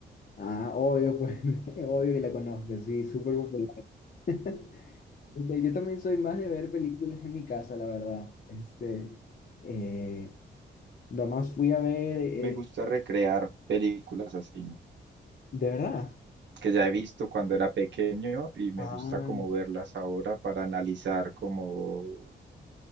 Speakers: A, on the left (about 50°); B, on the right (about 70°).
A: Ah, obvio, pues, <laughs> obvio que la conozco, sí, súper popular. <laughs> Este, Yo también soy más de ver películas en mi casa, la verdad. Este, eh, nomás fui a ver, eh,
B: Me gusta recrear películas así,
A: de verdad.
B: que ya he visto cuando era pequeño y me
A: Ah,
B: gusta como verlas ahora para analizar como